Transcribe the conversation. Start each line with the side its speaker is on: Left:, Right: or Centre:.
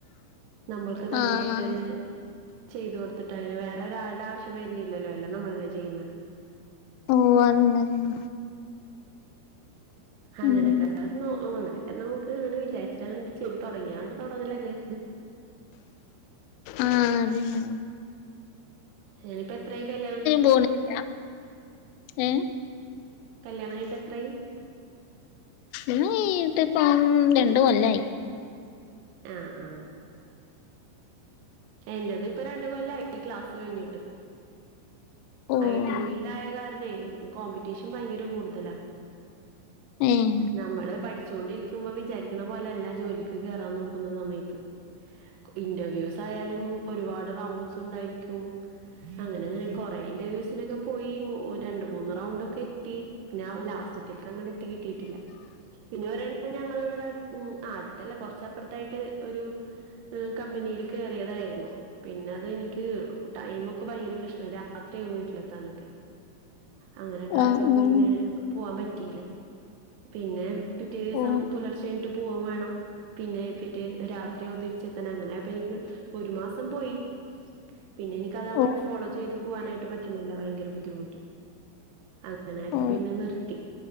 Right: നമ്മൾക്ക് തനിയായിടതാന്നെ
Left: ആഹ്
Right: ചെയ്ത്കൊടുത്തിട്ട് അങ്ങനെ വേറെ ഒരാളുടാവശ്യം വരുന്നില്ലല്ലോ എല്ലാം നമ്മളല്ലേ ചെയ്യുന്നെ
Left: ഓഹ് അതന്നെ അതന്നെ
Right: അങ്ങനെക്കാർന്നു
Left: ഉം
Right: അങ്ങനെ നമുക്ക് അങ്ങനെ വിചാരിച്ചങ്ങ്ണ്ട് ചെയ്ത് തുടങ്ങിയാണ്ട് തുടങ്ങലന്നെ
Left: ആഹ് അതേനെ
Right: ഇനിപ്പെത്രായി കല്യാണം കിയിഞ്ഞിട്ട്
Left: പോണില്ല ഏഹ്
Right: കല്യാണംകഴിഞ്ഞിട്ടെത്രായി
Left: അത്കയിട്ടിപ്പം രണ്ട്കൊല്ലായി
Right: ആഹ് ആഹ് എന്റെതിപ്പൊ രണ്ട്കൊല്ലയി ക്ലാസ് കഴിഞ്ഞിട്ട്
Left: ഓഹ്
Right: ഐ. ടി. ഫീൽഡായ കാരണേ കോമ്പറ്റീഷൻ ഭയങ്കര കൂടുതലാ
Left: ഏഹ്
Right: നമ്മള് പഠിച്ചോണ്ടിരിക്കുമ്പോ വിചാരിക്കണപോലെല്ല ജോലിക്ക് കേറാന്നോക്കുന്ന സമയത്ത് ഇന്റർവ്യൂസ് യാലും ഒരുപാട് റൗണ്ട്സുണ്ടായിരിക്കും. അങ്ങനങ്ങനെ കൊറേ ഇന്റർവ്യൂസിനൊക്കെ പോയി ഓഹ് രണ്ട്മൂന്ന് റൗണ്ടൊക്കെ ത്തി പിന്നെ ഔ ലാസ്റ്റത്തിൽക്കങ്ങടെത്തി കിട്ടിയിട്ടില്ല. പിന്നെ ഒരെണ്ണം ഞങ്ങളിവിടെട് ഉം ആഹ് ‌ അട്ത്തല്ല കുറച്ചപ്പുറത്തായിട്ട് ഒരു കമ്പനിയിലിക്ക് തായിരുന്നു. പിന്നെ അത് നിക്ക് ടൈമൊക്കെ ഭയങ്കര പ്രശ്നാ. രാത്രിയാകും വീട്ടിലെത്താനൊക്കെ. അങ്ങനെയൊക്കായപ്പോ
Left: ആഹ്
Right: പിന്നെ
Left: ആഹ്
Right: പോവാൻ പറ്റിയില്ല. പിന്നെ പിറ്റേദിവസം
Left: ഓ
Right: പുലർച്ചെ എണിറ്റ് പോവും വേണം. പിന്നെ പിറ്റേ രാത്രിയാകും തിരിച്ചെത്തൻ. അങ്ങനെയായപ്പെനിക്ക് ഒരുമാസം പോയി. പിന്നെ എനിക്കതങ്ങട്
Left: ഓ
Right: ഫോളോ ചെയ്ത് പോവാനായിട്ട് പറ്റുന്നില്ല. ഭയങ്കരബുദ്ധിമുട്ട്. അങ്ങനായപ്പ
Left: ഓ
Right: പിന്നെ നിർത്തി.